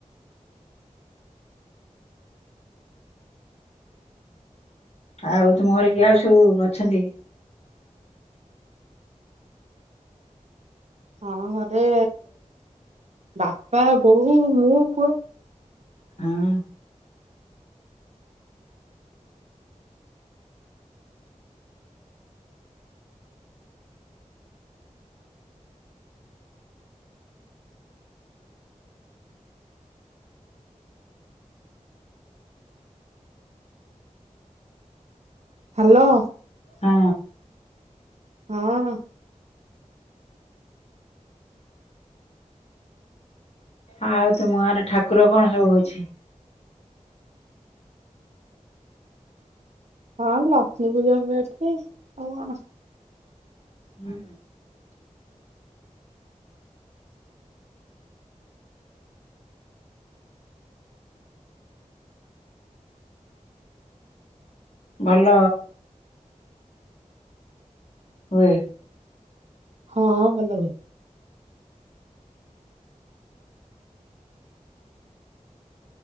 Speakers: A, on the left; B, on the right.
A: ଆଉ ତୁମ ଘରେ କିଏ ଆଉ ସବୁ ଅଛନ୍ତି?
B: ହଁ ଘରେ ବାପା ବୋଉ ମୁଁ ପୁହ।
A: ହୁଁ।
B: ହ୍ୟାଲୋ।
A: ଅଁ।
B: ହଁ।
A: ଆଉ ତୁମ ଗାଁ ରେ ଠାକୁର କଣ ସବୁ ହଉଛି?
B: ହଁ ଲକ୍ଷ୍ମୀ ପୂଜା ଫୁଜା ଏଠି ଆଉ କଣ।
A: ହୁଁ। ଭଲ। ହୁଏ।
B: ହଁ ଭଲ ହୁଏ।